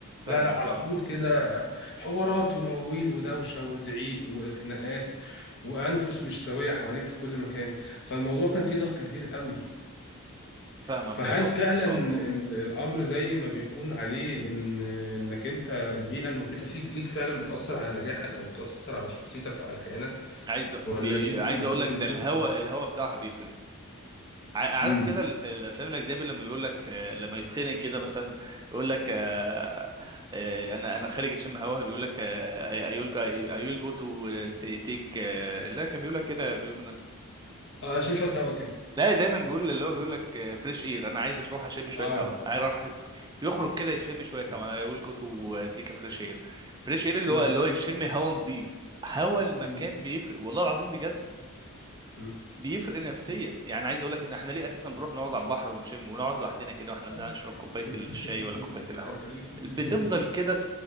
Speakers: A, on the left; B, on the right.
A: لا
B: فاهمك
A: لا على
B: اه
A: طول كده حوارات ومواويل ودوشة وزعيق وخناقات وأنفس مش سوية حواليك في كل مكان فالموضوع كان فيه ضغط كبير قوي
B: فاهمك
A: فهل
B: والله
A: فعلا
B: ما شاء
A: ال-
B: الله
A: الأمر زي ما بيكون عليه إن إنك أنت البيئة المحيطة فيك ليك فعلا بتأثر على نجاحك أو بتأثر على شخصيتك أو على كيانك
B: عايز
A: ولا
B: بي...
A: دي ممكن
B: عايز
A: تكون
B: اقول لك ده
A: صدفة
B: الهوا الهوا بتاعها بيفرق ع- عارف
A: امم
B: كده ال- في الافلام الاجنبي لما بيقول لك آه، لما يتخنق كده مثلا يقول لك آه، آه، انا انا خارج اشم هوا بيقول لك اي ويل اي ويل جو تو تيك لا كان بيقول لك كده بيقول
A: اه شمشت هوا كده
B: لا دايما بيقول اللي هو بيقول لك فريش اير انا عايز اروح اشم شويه
A: اه
B: هوا عايز اروح بيخرج كده يشم شويه هوا اي ويل جو تو تيك فريش اير فريش اير اللي
A: مم.
B: هو اللي هو يشم هوا نظيف هوا المكان
A: مم.
B: بيفرق والله العظيم بجد
A: مم.
B: بيفرق نفسيا يعني عايز اقول لك ان احنا ليه اساسا بنروح نقعد على البحر ونشم ونقعد لوحدنا كده واحنا بنقعد
A: ايوه
B: نشرب كوبايه الشاي
A: <laughs>
B: ولا كوبايه القهوه
A: هتقول لي
B: بتفضل
A: <laughs>
B: كده